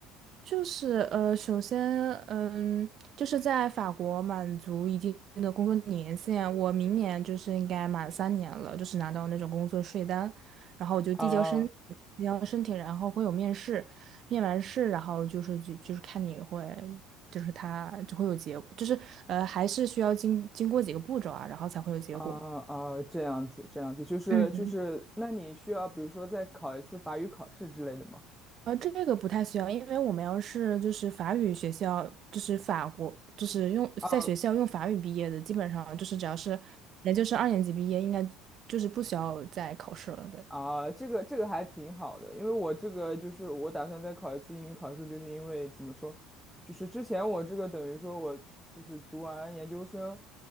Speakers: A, on the right; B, in the centre.
A: 就是呃，首先，嗯，就是在法国满足一定的工作年限，我明年就是应该满三年了，就是拿到那种工作税单，然后我就递交申
B: 啊
A: 递交申请，然后会有面试，面完试，然后就是就就是看你会，就是他就会有结果，就是呃，还是需要经经过几个步骤啊，然后才会有结果。
B: 啊啊，这样子这样子，就是就是，
A: 嗯。
B: 那你需要比如说再考一次法语考试之类的吗？
A: 呃，这个不太需要，因为我们要是就是法语学校，就是法国，就是用在学校用法语毕业的，
B: 啊。
A: 基本上就是只要是也就是二年级毕业，应该就是不需要再考试了。对，
B: 啊，这个这个还挺好的，因为我这个就是我打算再考一次英语考试，就是因为怎么说，就是之前我这个等于说我就是读完研究生，